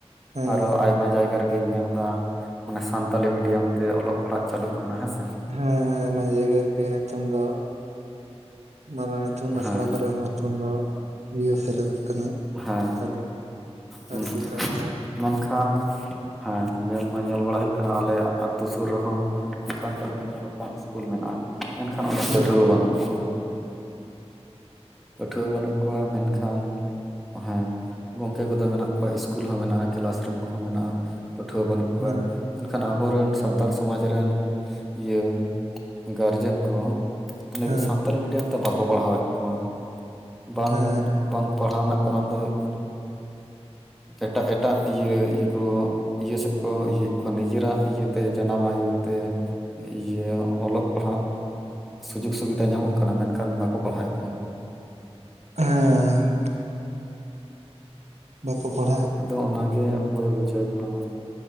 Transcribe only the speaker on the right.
ᱦᱮᱸ
ᱦᱮᱸ ᱟᱭᱢᱟ ᱡᱟᱭᱜᱟ ᱜᱮ ᱮᱠᱷᱚᱱ ᱫᱚ ᱢᱟᱨᱟᱝ ᱤᱛᱩᱱ ᱟᱥᱲᱟ
ᱠᱚᱨᱮ ᱦᱚᱸ᱾ <unintelligible> ᱫᱚ ᱤᱭᱟᱹ ᱥᱮᱞᱮᱫᱚᱜ ᱠᱟᱱᱟ᱾
ᱥᱟᱱᱛᱟᱞᱤ ᱯᱟᱹᱨᱥᱤ
ᱛᱟᱵᱚᱣᱟᱜ᱾
ᱦᱮᱸ
ᱦᱮᱸ
ᱦᱮᱸ
ᱦᱮᱸ
ᱦᱮᱸᱻ ᱵᱟᱠᱚ ᱯᱟᱲᱦᱟᱜ